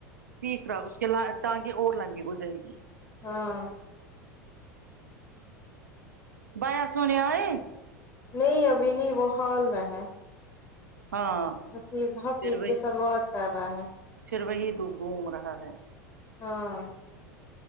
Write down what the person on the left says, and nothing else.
ہاں
نہیں ابھی نہیں وہ ہال میں ہے
اپنی اس حفیظ
کے ساتھ با ت کر رہا ہے
ہاں